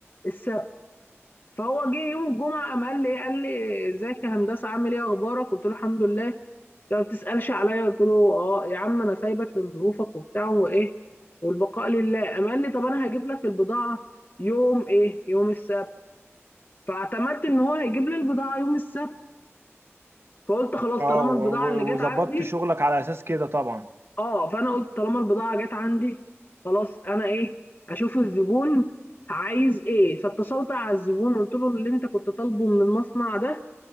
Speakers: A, on the left; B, on the right.
A: السبت فهو جه يوم الجمعه قام قال لي إيه؟ قال لي ازيك يا هندسه عامل ايه اخبارك قلت له الحمد لله انت ما بتسالش عليا قلت له اه يا عم انا سايبك لظروفك وبتاع وايه والبقاء لله قام قال لي طب انا هجيب لك البضاعه يوم ايه يوم السبت فاعتمدت ان هو هيجيب لي البضاعه يوم السبت فقلت خلاص
B: اه
A: طالما
B: و-
A: البضاعة
B: و-
A: اللي جت
B: وظبطت
A: عندي
B: شغلك على اساس كده طبعا
A: اه فانا قلت طالما البضاعة جت عندي خلاص انا ايه اشوف الزبون عايز ايه فاتصلت على الزبون قلت له اللي انت كنت طالبه من المصنع ده